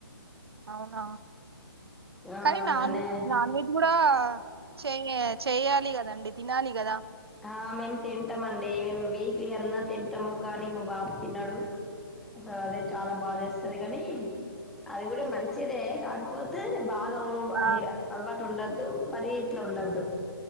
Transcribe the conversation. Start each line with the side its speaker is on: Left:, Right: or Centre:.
Right: అవునా
Centre: ఆ
Right: కానీ నా
Centre: నే
Right: నాన్ వెెజ్ గూడా చేయ చేయాలి గదండి తినాలి గదా
Centre: ఆ మేము తింటమండి మేము వీక్లీ అన్న తింటము కానీ మా బాబు తినడు అసలు అదే చాలా బాద ఎస్తది కాని అది గూడా మంచిదే కాకపోతే బాగా
Right: ఆ
Centre: హైగా అలవాటు ఉండద్దు మరీ ఇట్లా ఉండదు